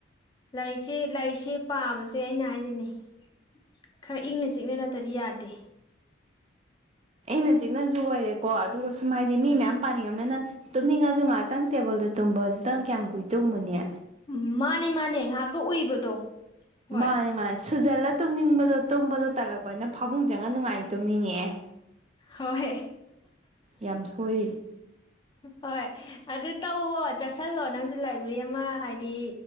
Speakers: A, on the left (about 20°); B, on the right (about 30°).
A: ꯂꯥꯏ ꯛ ꯁꯤ ꯂꯥꯏꯔꯤꯛꯁꯤ ꯄꯥꯕꯁꯦ ꯑꯩꯅ ꯍꯥꯏꯖꯅꯤꯡꯏ ꯈꯔ ꯏꯪꯅ ꯆꯤꯛꯅ ꯅꯇꯗꯤ ꯌꯥꯗꯦ
B: ꯑꯩꯅ ꯆꯤꯛꯅꯁꯨ ꯑꯣꯏꯔꯦꯀꯣ ꯑꯗꯨꯒ ꯁꯨꯝ ꯍꯥꯏꯗꯤ
A: ꯎꯝ
B: ꯃꯤ ꯃꯌꯥꯝ ꯄꯥꯅꯤꯡꯉꯝꯅꯤꯅ ꯇꯨꯝꯅꯤꯡꯉꯁꯨ ꯉꯥꯏꯍꯥꯛꯇꯪ ꯇꯦꯕꯜꯗ ꯇꯨꯝꯕꯁꯤꯗꯪ ꯀꯌꯥꯝ ꯀꯨꯏ ꯇꯨꯝꯕꯅꯦ
A: ꯎ ꯃꯥꯅꯦ ꯃꯥꯅꯦ ꯉꯥꯏꯍꯥꯛꯀ ꯎꯏꯕꯗꯣ ꯍꯣꯏ
B: ꯃꯥꯅꯦ ꯃꯥꯥꯏ ꯁꯨꯖꯦꯂ ꯇꯨꯝꯅꯤꯡꯕꯗꯣ ꯇꯨꯝꯝꯕꯗꯣ ꯇꯜꯂꯛꯄꯅ ꯐꯃꯨꯡ ꯆꯡꯉꯥ ꯅꯨꯡꯉꯥꯏ ꯇꯨꯝꯅꯤꯡꯉꯑꯦ
A: ꯍꯣꯏ
B: ꯌꯥꯝ ꯁꯣꯏꯔꯤꯁꯦ
A: ꯍꯣꯏ ꯑꯗꯨ ꯇꯧꯋꯣ ꯆꯠꯁꯤꯜꯂꯣ ꯅꯪꯁꯨ ꯂꯥꯏꯕ꯭ꯔꯤ ꯑꯃ ꯍꯥꯏꯗꯤ